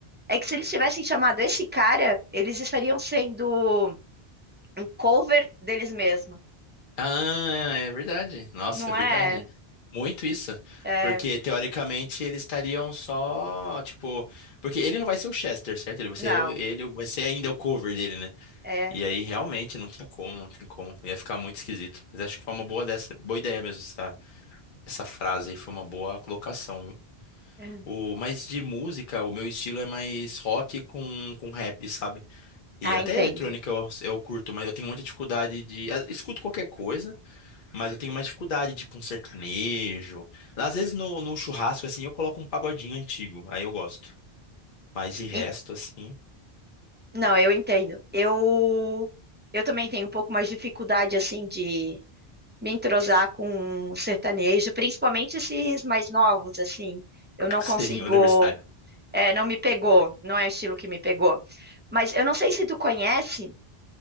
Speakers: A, on the right (about 15°); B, on the left (about 55°).
A: é que se eles tivessem chamado esse cara, eles estariam sendo um cover deles mesmos.
B: Ah, é verdade. Nossa,
A: Não
B: é verdade.
A: é?
B: Muito isso.
A: É,
B: Porque, teoricamente, eles estariam só, tipo... Porque ele não vai ser o Chester, certo? Ele vai
A: não.
B: ser, o- ele vai ser ainda o cover dele, né?
A: É.
B: E aí, realmente, não tinha como, não tem como. Ia ficar muito esquisito. Mas acho que foi uma boa dessa, boa ideia mesmo, essa, essa frase aí. Foi uma boa colocação, viu?
A: é.
B: O, mas de música, o meu estilo é mais rock com, com rap, sabe? E
A: Ah,
B: até
A: entendo.
B: eletrônica eu, eu curto, mas eu tenho muita dificuldade de... ah, Escuto qualquer coisa. Mas eu tenho mais dificuldade, tipo um sertanejo. Às vezes no, no churrasco, assim, eu coloco um pagodinho antigo. Aí eu gosto. Mas de resto,
A: E-
B: assim,
A: não, eu entendo. Eu eu também tenho um pouco mais de dificuldade assim de me entrosar com sertanejo, principalmente esses mais novos, assim. Eu
B: <laughs>
A: não consigo,
B: senhor universitário.
A: é, não me pegou, não é o estilo que me pegou. Mas eu não sei se tu conhece,